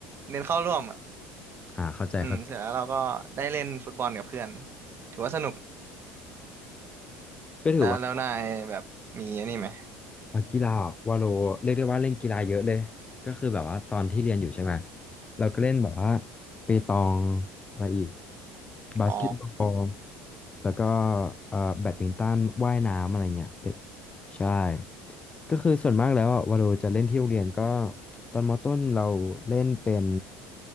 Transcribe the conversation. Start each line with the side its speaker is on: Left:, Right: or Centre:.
Right: เน้นเข้าร่วม
Left: อ่าเข้าใจเข้าใจ
Right: อืมเสร็จแล้วเราก็ได้เล่นฟุตบอลกับเพื่อนถือว่าสนุก
Left: ก็ถือว่า
Right: แล้วแล้วนายแบบมีอันนี้ไหม
Left: อ่ะกีฬาอ่ะวาโลเรียกได้ว่าเล่นกีฬาเยอะเลยก็คือแบบว่าตอนที่เรียนอยู่ใช่ไหมเราก็เล่นแบบว่าเปตองอะไรอีกบาสเกตบอล
Right: อ๋อ
Left: แล้วก็เอ่อแบดมินตันว่ายน้ำอะไรเงี้ยเป็นใช่ก็คือส่วนมากแล้วอ่ะวาโลจะเล่นที่โรงเรียนก็ตอนมต้นเราเล่นเป็น